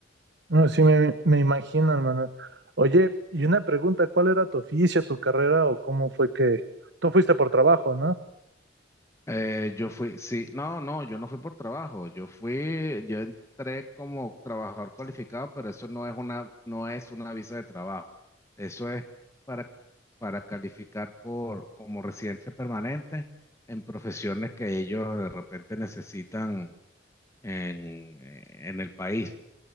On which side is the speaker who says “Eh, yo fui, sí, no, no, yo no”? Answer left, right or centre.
Left